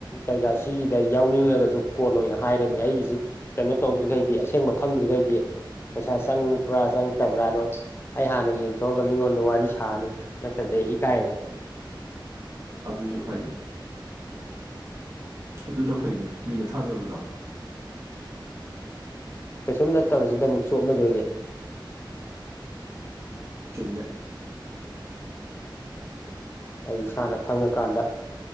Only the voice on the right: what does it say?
ꯑꯗꯨꯁꯨ ꯐꯩ ꯑꯗꯨꯅ ꯐꯩꯌꯦ ꯃꯤꯅ ꯊꯥꯖꯕꯗꯣ
ꯆꯨꯝꯃꯦ